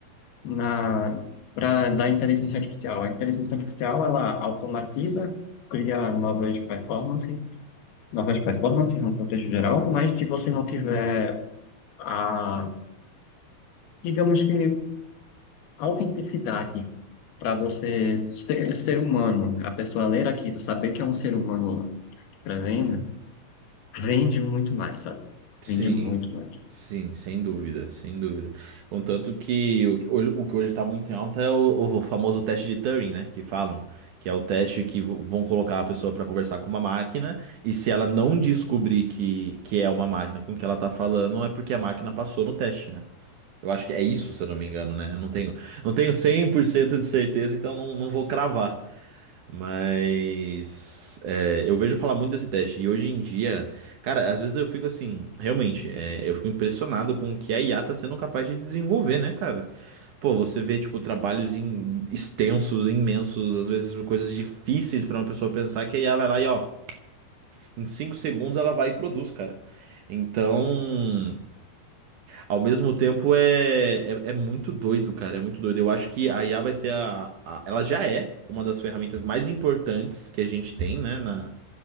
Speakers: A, on the left; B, on the right.
A: na para da inteligência artificial. A inteligência artificial, ela automatiza, cria novas performances, novas performances no contexto geral, mas se você não tiver a, digamos que, autenticidade para você ser, ser humano, a pessoa ler aquilo, saber que é um ser humano escrevendo, vende muito mais, sabe?
B: Sim.
A: Vende muito mais.
B: Sim, sem dúvida, sem dúvida. Contanto que o que hoje, o que hoje tá muito em alta é o, o famoso teste de Turing, né? Que falam. Que é o teste que v- vão colocar a pessoa para conversar com uma máquina. E se ela não descobrir que, que é uma máquina com que ela tá falando, é porque a máquina passou no teste, né? Eu acho que é isso, se eu não me engano, né? Eu não tenho, não tenho 100% de certeza, então não, não vou cravar. Mas é, eu vejo falar muito desse teste. E hoje em dia, cara, às vezes eu fico assim, realmente, é, eu fico impressionado com o que a IA tá sendo capaz de desenvolver, né, cara? Pô, você vê, tipo, trabalhos em- extensos, imensos, às vezes coisas difíceis pra uma pessoa pensar que a IA vai lá e, ó, em 5 segundos ela vai e produz, cara. Então. Ao mesmo tempo é, é, é muito doido, cara. É muito doido. Eu acho que a IA vai ser a, a- Ela já é uma das ferramentas mais importantes que a gente tem, né? Na,